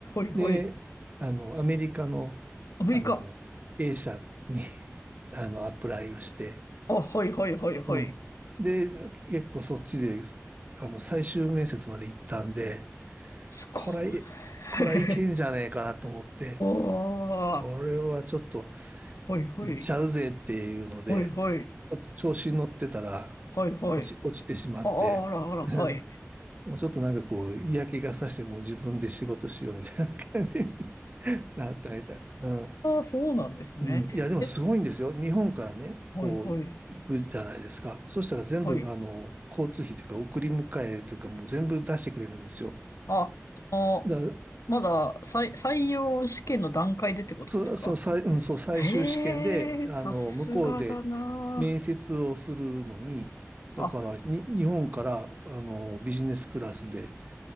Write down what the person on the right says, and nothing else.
で、あの、アメリカの、
あの、A 社に <laughs> あの、アプライをして、
うん。で、結構そっちで、あの、最終面接まで行ったんで、
これ、
これはいけんじゃねえかなと思って、
これはちょっと
行っちゃうぜっていうので、
ちょっと調子に乗ってたら、
落ち、落ちてしまって、
<laughs>
もうちょっとなんかこう、嫌気がさして、もう自分で仕事しようみたいな感じになったみたいな。
うん。いや、でもすごいんですよ。
日本からね、
こう、行くじゃないですか。そしたら全部、
あの、交通費というか、送り迎えというか、もう全部出してくれるんですよ。
だから、
そう、そう、最、うん、そう、最終試験で、
あの、
向こうで面接をするのに、だから、
に、日本から、あの、ビジネスクラスで、